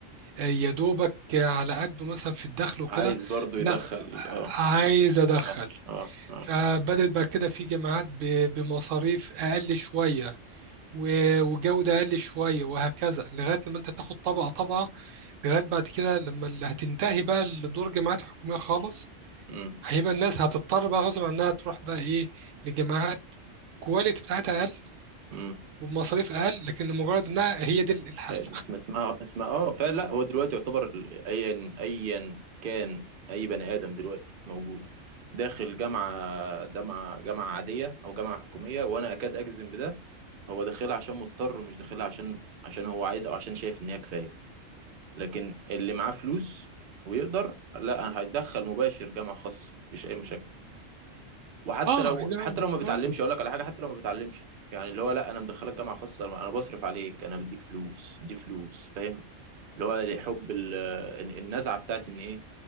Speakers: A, on the right; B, on the right.
A: يا دوبك على قده مثلا في الدخل وكده
B: عايز برضو يدخل
A: لا
B: اه
A: عايز أدخل
B: اه اه اه
A: فبدت بقى كده في جامعات ب- بمصاريف أقل شوية و- وجودة أقل شوية وهكذا لغاية لما أنت تاخد طبقة طبقة لغاية بعد كده لما اللي هتنتهي بقى لدور جماعات حكومية خالص
B: مم.
A: هيبقى الناس هتضطر بقى غصب عنها تروح بقى إيه لجماعات كواليتي بتاعتها أقل
B: مم.
A: وبمصاريف أقل لكن مجرد
B: مم.
A: إنها هي دي الحل
B: اسم- اسمها اسمها اه فعلا لا هو دلوقتي يعتبر ال- ايا ايا كان اي بني ادم دلوقتي موجود داخل جامعه جامعه جامعه عاديه او جامعه حكوميه وانا اكاد اجزم بده هو داخلها عشان مضطر مش داخلها عشان عشان هو عايز او عشان شايف ان هي كفايه لكن اللي معاه فلوس ويقدر لا هيدخل مباشر جامعة خاصة مفيش أي مشاكل وحتى
A: آه
B: لو
A: إنما
B: حتى لو ما بيتعلمش
A: آه
B: أقول لك على حاجة حتى لو ما بيتعلمش يعني اللي هو لا أنا مدخلك جامعة خاصة أنا بصرف عليك أنا بديك فلوس دي فلوس فاهم اللي هو حب ال- النزعة بتاعت إن إيه